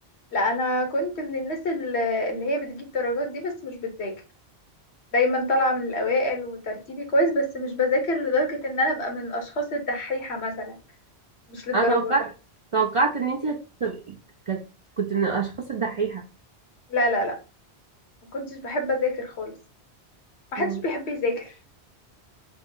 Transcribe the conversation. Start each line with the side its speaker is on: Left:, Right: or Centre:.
Left: لا أنا كنت من الناس ال- اللي هي بتجيب درجات دي بس مش بتذاكر دايما طالعة من الأوائل وترتيبي كويس بس مش بذاكر لدرجة إن أنا أبقى من الأشخاص الدحيحة مثلا مش للدرجات
Right: انا توقعت
Left: دي.
Right: توقعت ان انتي هتبقي كانت كنت من الاشخاص الدحيحة
Left: لا لا لا ما كنتش بحب اذاكر خالص ما
Right: مم.
Left: حدش بيحب يذاكر